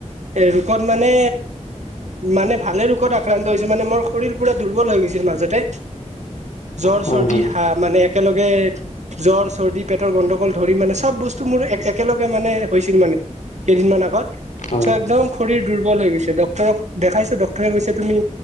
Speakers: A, on the right; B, on the left.
A: এ ৰোগকত মানে মানে ভালে ৰোগত আক্ৰান্ত হৈছে, মানে মোৰ শৰীৰ পুৰা দুৰ্বল হৈ গৈছিল মাজতে। জ্বৰ
B: হয়
A: চৰ্দি
B: হয়
A: হা, মানে একেলগে জ্বৰ চৰ্দি পেটৰ গণ্ডগোল ধৰি মানে চব বস্তু মোৰ এ একেলগে মানে হৈছিল মানে। কেইদিনমান আগত
B: হয়
A: চ' একদম শৰীৰ দুৰ্বল হৈ গৈছে, ডক্তৰক দেখাইছোঁ। ডক্তৰে কৈছে তুমি